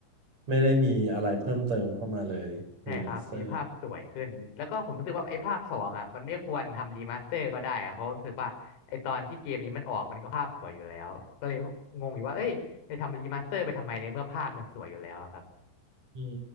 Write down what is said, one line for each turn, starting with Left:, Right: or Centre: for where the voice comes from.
Right: ไม่ได้มีอะไรเพิ่มเติมเข้ามาเลยรีมาสเตอร์
Left: ใช่ครับมีภาพสวยขึ้นแล้วก็ผมรู้สึกว่าไอ้ภาคสองอะมันไม่ควรทำรีมาสเตอร์ก็ได้อะเพราะรู้สึกว่าไอ้ตอนที่เกมนี้มันออกมันก็ภาพสวยอยู่แล้วก็เลยงงอยู่ว่าเอ้ยจะทำรีมาสเตอร์ไปทำไมในเมื่อภาพยังสวยอยู่แล้วครับ
Right: อืม